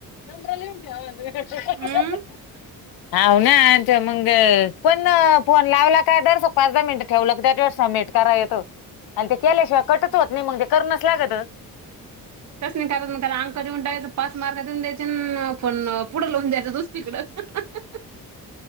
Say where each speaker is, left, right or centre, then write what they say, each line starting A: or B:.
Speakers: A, on the left (about 80°); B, on the right (about 50°).
A: नम्रल उट्या <inaudible> <unintelligible>
B: हम्म <inaudible>
A: हाव ना मग पण फोन लावला काय दुपार न पाच दहा मिनट. ठेवलं त्याच वेळेस स <unintelligible> मेट का येत आणि ते केल्याशिवाय कटच होत नाही मग ते करणच लागत.
B: तस नाही करायच नाही अंक देऊन टाकायचं पाच मार्क देऊन द्यायचे पण पुढे लवून द्यायचं दुस तकडं. <inaudible>